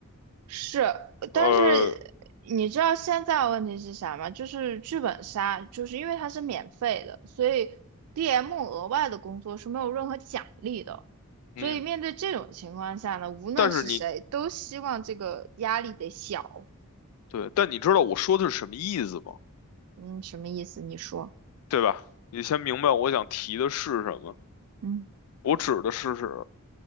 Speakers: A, on the right; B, on the left.
A: 是，但是你知道现在问题是啥吗？
B: 呃，
A: 就是剧本杀，就是因为它是免费的，所以 DM 额外的工作是没有任何奖励的。
B: 嗯，
A: 所以面对这种情况下呢，无论是谁，
B: 但是你
A: 都希望这个压力得小。
B: 对，但你知道我说的是什么意思吗？
A: 嗯，什么意思？你说，
B: 对吧？你先明白我想提的是什么。
A: 嗯
B: 我指的是是